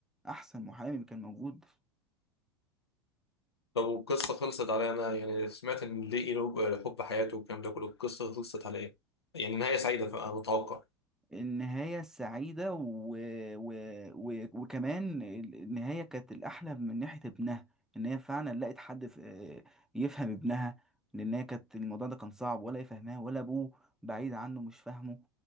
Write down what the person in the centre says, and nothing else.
احسن محامي كان موجود
النهاية السعيدة و... و... و... وكمان النهاية كانت الأحلى من ناحية ابنها إن هي فعلا لقت حد ف... يفهم ابنها لأن هي كانت الموضوع ده كان صعب ولا يفهمها ولا أبوه بعيد عنه مش فاهمه